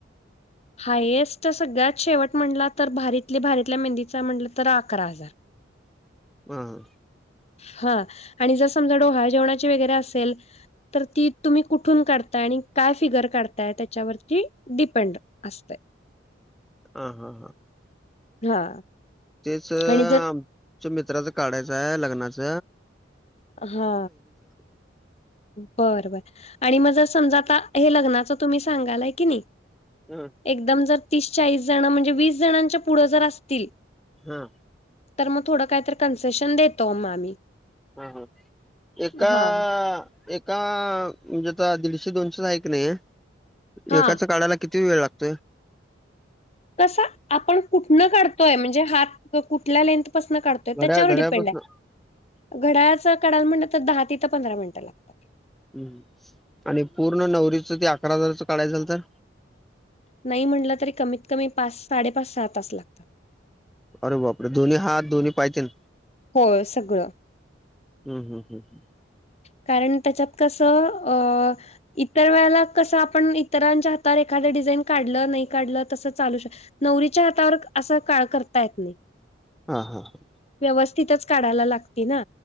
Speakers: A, on the left; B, in the centre.
A: हायएस्ट सगळ्यात शेवट म्हटला तर भारीतले भारीतल्या मेहंदीचा म्हटलं तर अकरा हजार
B: हम ह.
A: हा आणि जर समजा डोहाळे जेवणाची वगैरे असेल. तर ती तुम्ही कुठून काढताय आणि काय फिगर काढताय त्याच्यावरती डिपेंड असतय.
B: हा हा हा.
A: हा.
B: तेच आमच्या
A: आणि जर
B: मित्राच काढायचं आहे लग्नाच
A: हा.
B: <inaudible>
A: बर बर आणि मग जर समजा आता हे लग्नाच तुम्ही सांगालय की नाही.
B: हम.
A: एकदम जर तीस चाळीस जण म्हणजे वीस जणांच्या पुढं जर असतील.
B: हा.
A: तर मग थोडं काय तर कन्सेशन देतो मग आम्ही
B: हा हा एका
A: हा हा
B: एक का म्हणजे आता दीडशे दोनशेच हाय की नाही.
A: हा
B: एकाच काडायला किती वेळ लागतोय.
A: कसा आपण कुठनं काढतोय म्हणजे हात कुठल्या लेंथपसन काढतो.
B: घड्या
A: त्याच्यावर
B: घड्यापासून
A: डिपेंड आहे घड्याळच कडाल म्हण तर दहा ती ते पंधरा मिनिटं लागतात.
B: ह् आणि पूर्ण नवरीचं ते अकरा हजाराचं काढायच झाल तर
A: नाही म्हटलं तरी कमीत कमी पाच साडेपाच सहा तास लागतात.
B: अरे बापरे दोन्ही हात दोन्ही पाय तेन.
A: होय सगळं.
B: हम् हम हम् ह.
A: कारण त्याच्यात कस अ इतर वेळेला कसं आपण इतरांच्या हातावर एखादं डिझाईन काढलं नाही काढलं तसं चालू शकत. नवरीच्या हातावर असा काळ करता येत नाही.
B: हा हा हा.
A: व्यवस्थितच काढायला लागतय ना,,